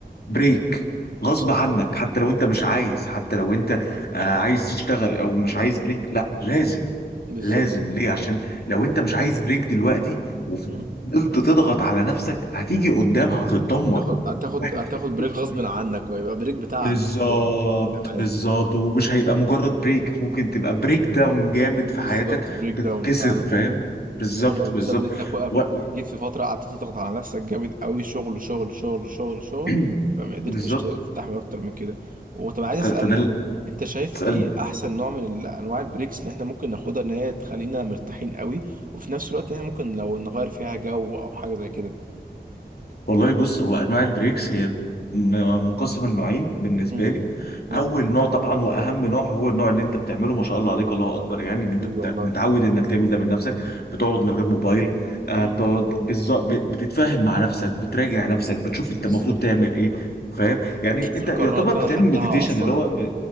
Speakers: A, on the left; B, on the right.
A: بريك غصب
B: صح
A: عنك حتى لو انت مش عايز حتى لو انت آه، عايز تشتغل او مش عايز بريك لا لازم
B: بالظبط
A: لازم ليه عشان لو انت مش عايز بريك دلوقتي وفضلت
B: مم.
A: تضغط على نفسك هتيجي قدام هتتدمر
B: هتاخد هتاخد
A: واحنا
B: هتاخد
A: مش عايزين
B: بريك
A: نوصل
B: غصب
A: لده
B: عنك ويبقى بريك بتعب
A: بالظبط
B: مش هيبقى بريك عادي
A: بالظبط ومش هيبقى مجرد بريك ممكن تبقى بريك داون جامد في
B: بالظبط
A: حياتك
B: بريك داون
A: تتكسر
B: فعلا
A: فاهم بالظبط
B: ايوه بسبب
A: بالظبط
B: ان انت كو-
A: و...
B: جيت في فتره قعدت تضغط على نفسك جامد قوي شغل شغل شغل شغل شغل
A: <clears throat>
B: فما قدرتش
A: بالظبط
B: تستحمل اكتر من كده وطب عايز
A: ف-
B: اسالك
A: فده
B: انت شايف
A: تسألني
B: ايه احسن نوع من ال- انواع البريكس اللي احنا ممكن ناخدها ان هي تخلينا مرتاحين قوي وفي نفس الوقت ان احنا ممكن لو نغير فيها جو او حاجه زي كده
A: والله بص هو أنواع البريكس هي م- منقسمة لنوعين بالنسبة
B: امم
A: لي
B: اه
A: أول نوع طبعا وأهم نوع هو النوع اللي أنت بتعمله ما شاء الله عليك الله أكبر يعني إن أنت
B: ايوه
A: بتع-
B: والله
A: متعود إنك تعمل ده من نفسك بتقعد من غير موبايل آه،
B: مم.
A: بتقعد بالظبط ب- بتتفاهم مع نفسك بتراجع نفسك بتشوف أنت
B: بالظبط
A: المفروض تعمل إيه فاهم يعني
B: بشوف
A: أنت
B: القرارات
A: يعتبر
B: اللي
A: بتعمل
B: انا خدتها
A: مديتيشن
B: اصلا
A: اللي هو ب...